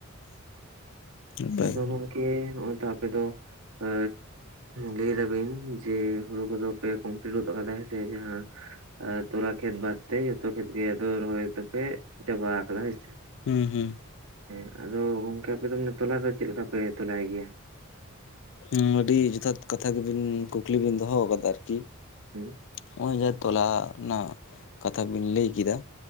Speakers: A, on the left; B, on the right.
A: ᱱᱟᱯᱟᱭ
B: ᱟᱫᱚ
A: ᱜᱮ
B: ᱜᱚᱝᱠᱮ ᱱᱚᱜ-ᱚᱭ ᱛᱚ ᱟᱯᱮ ᱫᱚ ᱮ ᱞᱟᱹᱭ ᱫᱟᱵᱤᱱ ᱡᱮ ᱦᱩᱲᱩ ᱠᱚᱫᱚ ᱯᱮ ᱠᱚᱢᱯᱞᱤᱴ ᱜᱚᱫ ᱠᱟᱫᱟ ᱦᱮ ᱥᱮ ᱡᱟᱦᱟᱸ ᱛᱚᱨᱟ ᱠᱷᱮᱛ ᱵᱟᱫᱛᱮ ᱡᱚᱛᱚ ᱠᱷᱮᱛ ᱜᱮ ᱟᱫᱚ ᱨᱚᱦᱚᱭ ᱛᱚ ᱯᱮ ᱪᱟᱵᱟ ᱟᱠᱟᱫᱟ ᱦᱮ ᱥᱮ-
A: ᱦᱩᱸ ᱦᱩᱸ
B: ᱦᱮᱸ ᱟᱫᱚ ᱜᱚᱝᱠᱮ ᱟᱯᱮ ᱫᱚ ᱛᱚᱞᱟ ᱫᱚ ᱪᱮᱫ ᱞᱮᱠᱟ ᱯᱮ ᱛᱚᱞᱟᱭ ᱜᱮᱭᱟ?
A: ᱦᱩᱸ ᱟᱹᱰᱤ ᱡᱚᱛᱷᱟᱛ ᱠᱟᱛᱷᱟ ᱜᱮᱵᱤᱱ ᱠᱩᱠᱞᱤ ᱵᱤᱱ ᱫᱚᱦᱚ ᱟᱠᱟᱫᱟ ᱟᱨᱠᱤ
B: ᱦᱮᱸ
A: ᱱᱚᱜ-ᱚᱭ ᱡᱟᱦᱟᱸ ᱛᱚᱞᱟ ᱨᱮᱱᱟᱜ ᱠᱟᱛᱷᱟ ᱵᱤᱱ ᱞᱟᱹᱭ ᱠᱮᱫᱟ᱾